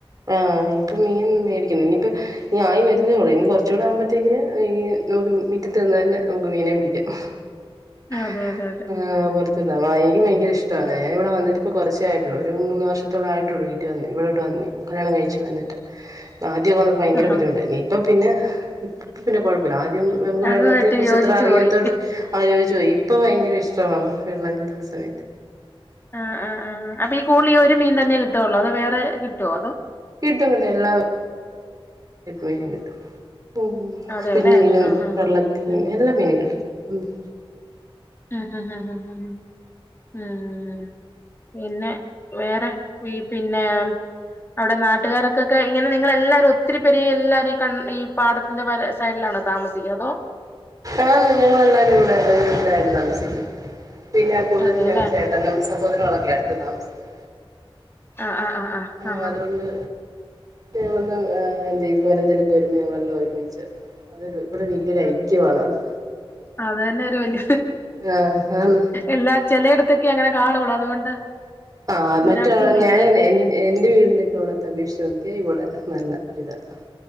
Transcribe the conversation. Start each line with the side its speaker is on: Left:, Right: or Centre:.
Right: ആഹ് ഇപ്പൊ മീൻ മേടിക്കുന്നെ ഇനിയിപ്പൊ ഇനി ആയി വരുന്നേള്ളൂ ഇനി കുറച്ചുകൂടെ ആകുമ്പഴത്തേക്കന് ഈ നമുക്ക് മിറ്റത്ത് നിന്ന് തന്നെ നമുക്ക് മീനെ പിടിക്കാം <unintelligible>
Left: അതെ അതെ അതെ
Right: ആഹ് പുറത്തുണ്ട് ആഹ് എനിക്ക് ഭയങ്കര
Left: ഉം
Right: ഇഷ്ടമാണ് ഞാന് ഇവിടെ വന്നിട്ടിപ്പൊ കുറച്ചേ ആയി ഒരു മൂന്ന് വർഷത്തോളം ആയിട്ടുള്ളൂ വീട്ടി വന്നി ഇവിടോട്ട് വന്നി കല്യാണം കഴിച്ചു വന്നിട്ട് ആദ്യമൊക്കെ വന്നപ്പൊ ഭയങ്കര
Left: ആഹാ
Right: ബുദ്ധിമുട്ടായിനീ ഇപ്പൊ പിന്നെ ഇപ്പൊ പിന്നെ കുഴപ്പമില്ല ആദ്യം നമുക്ക്
Left: അതുമായിട്ട്
Right: വെള്ളത്തിനെ കുറിച്ചത്ര
Left: യോജിച്ചു
Right: അറിയാത്തതോണ്ട്
Left: പോയി
Right: ആലോചിച്ചു പോയി ഇപ്പോ ഭയങ്കര ഇഷ്ടമാണ് വെള്ളം കയറുന്ന സമയത്ത്
Left: ആഹ് ആഹ് ആഹ് അപ്പം ഈ കുടുതല് ഈ ഒരു മീൻ തന്നെ കിട്ടുവുള്ളൊ അതോ വേറെ കിട്ടുമോ അതോ
Right: കിട്ടും കിട്ടും എല്ലാ മീനും കിട്ടും ഉംഹ്
Left: അതെല്ലേ
Right: കുഞ്ഞിമീൻ ഉണ്ട്
Left: ആഹ് ആഹ്
Right: പള്ളത്തി
Left: ആഹ്
Right: മീന്
Left: ഉം
Right: എല്ലാ മീനും കിട്ടും ഉംഹ്
Left: ആഹ് ആഹ് ആഹ് ആഹ് പിന്നെ വേറെ ഈ പിന്നെ അവിടെ നാട്ടുകാരൊക്കൊക്കെ ഇങ്ങനെ നിങ്ങളെല്ലാരും ഒത്തിരി പേരി എല്ലാരും കാ ഈ പാടത്തിന്റെ വ സൈഡിലാണോ താമസിക്കുന്നത് അതോ
Right: ആഹ് ഞങ്ങളെല്ലാരും ഇവിടെ ഒരു ഇതായിട്ട് താമസിക്കുന്നു പിന്നെ കൂടുതലും
Left: അതെല്ലേ
Right: ഞങ്ങടെ ചേ തല്ലും സഹോദരങ്ങളൊക്കെ അടുത്ത് താമസിക്കുന്നെ
Left: ആഹ് ആഹ് ആഹ് ആഹ്
Right: ആഹ്
Left: ആഹാ
Right: അതുകൊണ്ട് ഞങ്ങളൊന്നും എന്താ ഇതുപോലെ എന്തേലൊക്കെ വരുമ്പോ ഞങ്ങളെല്ലാം ഒരുമിച്ചാ അതൊരു ഇവിടെ വലിയൊരു ഐക്യമാണ് അത്
Left: അതന്നെ ഒരു വല്ല്യ
Right: ആഹ് ആന്ന്
Left: എല്ലാ ചിലയിടത്തൊക്കെ അങ്ങനെ കാണുള്ളൂ അതുകൊണ്ട്
Right: ആ
Left: എല്ലായിടത്തും
Right: മറ്റേ
Left: ഒന്നും
Right: ഞാന്
Left: ഇല്ലല്ലോ
Right: <unintelligible> എന്റെ വീടിന്റെ ഒക്കെ ഇവുടുത്തെ അപേക്ഷിച്ച് നോക്കിയാൽ ഇവിടെ നല്ല ഇതാണ്